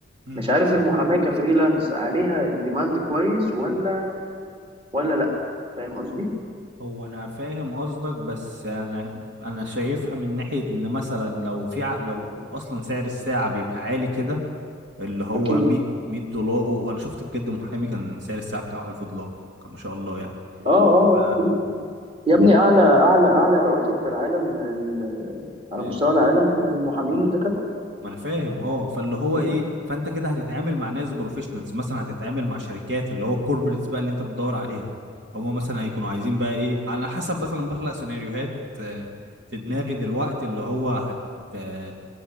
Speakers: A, on the right; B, on the right.
A: امم
B: مش عارف المحاماة كفريلانس عليها الديماند كويس ولا ولا لأ فاهم قصدي؟
A: هو انا فاهم قصدك بس انا انا شايفها من ناحيه ان مثلا لو في ع- لو اصلا سعر الساعه بيبقى عالي كده اللي هو
B: أكيد
A: 100 100 دولار وانا شفت بجد محامي كان سعر الساعه بتاعه 1000 دولار كان ما شاء الله يعني
B: اه اه
A: ف
B: اه في يا ابني اعلى اعلى اعلى رواتب في العالم ال- على
A: إيه،
B: مستوى العالم المحامين والدكاتره
A: ما انا فاهم اه فاللي هو
B: مم.
A: ايه فانت كده هتتعامل مع ناس بروفيشنالز مثلا هتتعامل مع شركات اللي هو الكوربريتس بقى اللي انت بتدور عليها هما مثلا هيكونوا عايزين بقى ايه على حسب مثلا بخلق سيناريوهات آه، في دماغي دلوقتي اللي هو هت آه،